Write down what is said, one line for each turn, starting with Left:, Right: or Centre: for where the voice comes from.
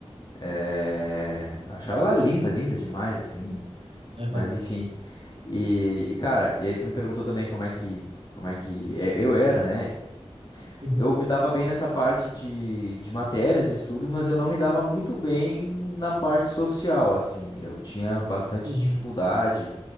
Left: É... Achava ela linda, linda demais, assim.
Right: <laughs> Aham.
Left: Mas enfim. E, e, cara, e aí tu me perguntou também como é que, como é que é- eu era, né?
Right: Uhum,
Left: Eu me dava bem nessa parte de, de matérias, de estudos, mas eu não me dava muito bem na parte social, assim. Eu tinha bastante
Right: uhum,
Left: dificuldade,